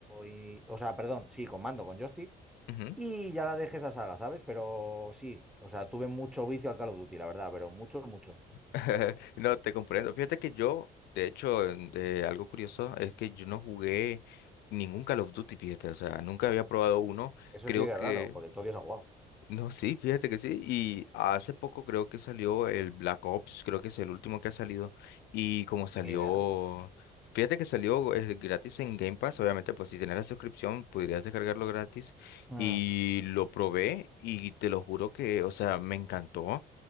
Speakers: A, in the centre; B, on the left.
A: Y, o sea, perdón, sí, con mando, con joystick.
B: ujú.
A: Y ya la dejé esa saga, ¿sabes? Pero sí, o sea, tuve mucho vicio al Call of Duty, la verdad, pero mucho, mucho.
B: <laughs> No, te comprendo. Fíjate que yo, de hecho, en- de algo curioso es que yo no jugué ningún Call of Duty, fíjate, o sea, nunca había probado uno.
A: Eso
B: Creo
A: sí que
B: que
A: es raro, porque todo Dios ha jugado.
B: no, sí, fíjate que sí. Y hace poco creo que salió el Black Ops, creo que es el último que ha salido. Y como salió,
A: Ni idea, tío.
B: fíjate que salió eh, gratis en Game Pass, obviamente, pues si tenés la suscripción podrías descargarlo gratis.
A: Mm.
B: Y lo probé y te lo juro que, o sea, me encantó.